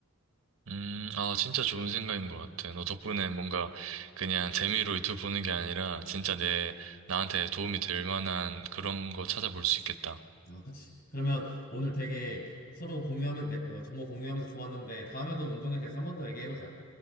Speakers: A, on the right (about 80°); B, on the left (about 50°).
A: 음, 아, 진짜 좋은 생각인 것 같아. 너 덕분에 뭔가 그냥 재미로 유튜브 보는 게 아니라 진짜 내, 나한테 도움이 될 만한 그런 거 찾아볼 수 있겠다.
B: 아, 그치. 그러면 오늘 되게 서로 공유하면, 돼- 어, 정보 공유하면서 좋았는데, 다음에도 운동에 대해서 한 번 더 얘기해보자.